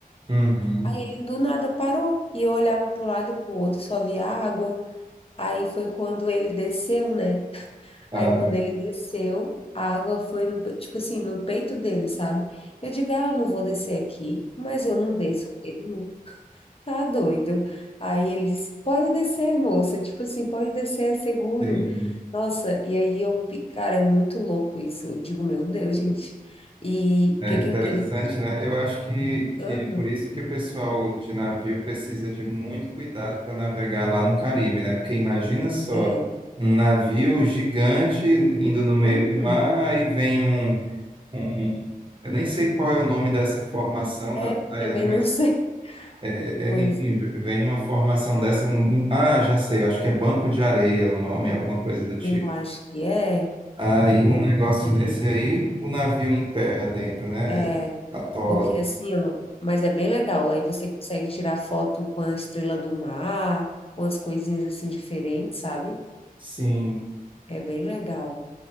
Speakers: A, on the right (about 35°); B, on the left (about 40°).
A: Uhum.
B: Aí ele do nada parou. E eu olhava pro lado e pro outro, só via água. Aí foi quando ele desceu, né?
A: Ah,
B: Aí quando ele desceu, a água foi, no pe- tipo assim, no peito dele, sabe? Eu digo, ah, eu não vou descer aqui, mas eu não desço mesmo. Tá doido. Aí ele disse: Pode descer, moça. Tipo assim, pode descer, é seguro.
A: sim.
B: Nossa, e aí eu, pi- cara, é muito louco isso. Eu digo: Meu Deus, gente. E
A: É
B: que
A: interessante,
B: que que. que-
A: né? Eu acho que, que
B: Aham,
A: é por isso que o pessoal de navio precisa de muito cuidado para navegar lá no Caribe, né? Porque imagina só,
B: é.
A: um navio gigante indo no meio
B: Uhum.
A: do mar, aí vem um, um... Eu nem sei qual é o nome dessa formação
B: É,
A: da praia,
B: também
A: né?
B: não <laughs> sei.
A: É, é,
B: Pois
A: é, enfim,
B: é,
A: vem uma formação dessa, um, um- ah, já sei, eu acho que é Banco de Areia o nome, alguma coisa do tipo.
B: eu acho que é,
A: Aí um
B: porque
A: negócio desse aí, o navio emperra dentro, né?
B: é,
A: Atola.
B: porque assim, ó, mas é bem legal. Aí você consegue tirar foto com a estrela do mar, com as coisinhas assim diferentes, sabe?
A: Sim.
B: É bem legal.